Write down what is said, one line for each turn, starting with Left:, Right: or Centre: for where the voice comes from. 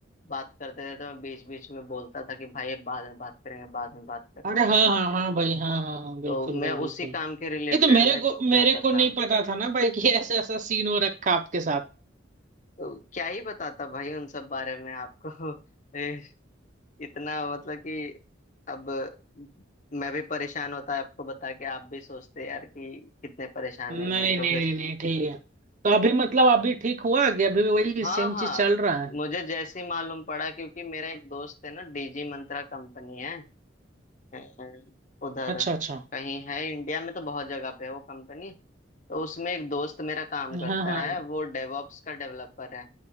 Left: बात करते थे तो मैं बीच बीच में बोलता था कि भाई ये बाद में बात करेंगे बाद में बात करेंगे
Right: अरे हाँ हाँ हाँ भाई हाँ हाँ हाँ बिल्कुल
Left: तो मैं
Right: भाई बिल्कुल
Left: उसी काम के रिलेटेड
Right: ये तो मेरे
Left: में
Right: को
Left: जाता
Right: मेरे
Left: था
Right: को नहीं पता था ना भाई कि ऐसा ऐसा सीन हो रखा आपके साथ
Left: तो क्या ही बताता भाई उन सब बारे में आपको <laughs> ए, इतना मतलब कि अब मैं भी परेशान होता है आपको बता के आप भी सोचते यार कि कितने परेशानी
Right: नहीं
Left: में हैं। तो
Right: नहीं
Left: फिर
Right: नहीं नहीं ठीक है तो अभी मतलब अभी ठीक हुआ कि अभी भी वही
Left: हाँ
Right: सेम
Left: हाँ
Right: चीज चल रहा है
Left: मुझे जैसे ही मालूम पड़ा क्योंकि मेरा एक दोस्त है ना डीजी मंत्रा कंपनी है अ, अ, उधर
Right: अच्छा अच्छा
Left: कहीं है इंडिया में तो बहुत जगह पे है वो कंपनी तो उसमें एक दोस्त मेरा काम करता
Right: हाँ हाँ
Left: है वो डेवॉप्स का डेवलपर है